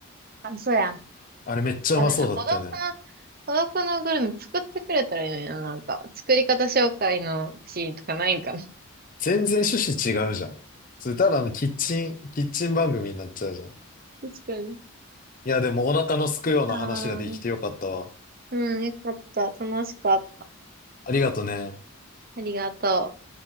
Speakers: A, on the right; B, on the left.
A: あ、そうや。
B: あれめっちゃうまそうだったよね。
A: 多分、あ、孤独の、孤独のグルメ作ってくれたらいいのにな、なんか。作り方紹介のシーンとかないんかな。
B: 全然趣旨違うじゃん。それただのキッチン、キッチン番組になっちゃうじゃん。
A: 確かに。
B: いや、でもお腹のすくような話ができてよかったわ。
A: ああ、うん、よかった。楽しかった。
B: ありがとね。
A: ありがとう。